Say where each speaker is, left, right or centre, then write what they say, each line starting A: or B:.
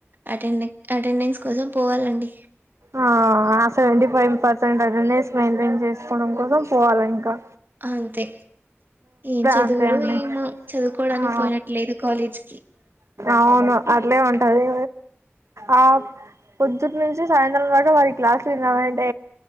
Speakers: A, on the right; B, on the right.
A: అటెండ్ అటెండెన్స్ కోసం పోవాలండి.
B: ఆ ఆ seventy five percent attendance maintain చేసుకోవడం కోసం పోవాలింకా.
A: అంతే ఏం చదువులో
B: అంతే అండి
A: ఏమో చదువుకోవడానికి
B: ఆ
A: పోయినట్లేదు కాలేజ్కి
B: అవును అట్లే ఉంటది. ఆ పొద్దుటి నుంచి సాయంత్రం దాక మరి క్లాస్లు వినాలంటే